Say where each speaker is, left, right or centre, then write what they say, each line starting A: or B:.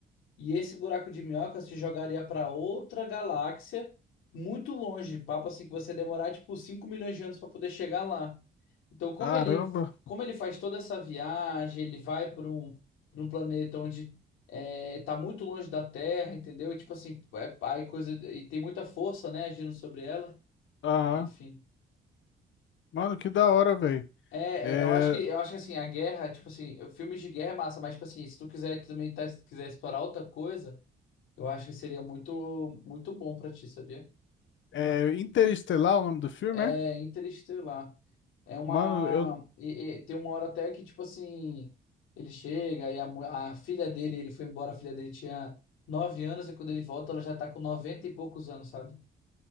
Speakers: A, on the left; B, on the left.
A: E esse buraco de minhoca se jogaria para outra galáxia muito longe, papo assim que você ia demorar tipo 5 milhões de anos para poder chegar lá. Então, como
B: Caramba.
A: ele, como ele faz toda essa viagem, ele vai para um, para um planeta onde é, tá muito longe da Terra, entendeu? E, tipo assim, é, aí coisa e tem muita força, né, agindo sobre ela.
B: Ah,
A: Enfim.
B: mano, que da hora, velho.
A: É,
B: É,
A: é, eu acho que eu acho que assim, a guerra, tipo assim, filmes de guerra é massa, mas tipo assim, se tu quiser também tá, se quiser explorar outra coisa, Eu acho que seria muito, muito bom pra ti, sabia?
B: é Interestelar o nome do filme,
A: É
B: é?
A: Interestelar. É uma.
B: Mano, eu.
A: e- e tem uma hora até que, tipo assim, ele chega e a, mu- a filha dele, ele foi embora, a filha dele tinha nove anos, e quando ele volta, ela já tá com 90 e poucos anos, sabe?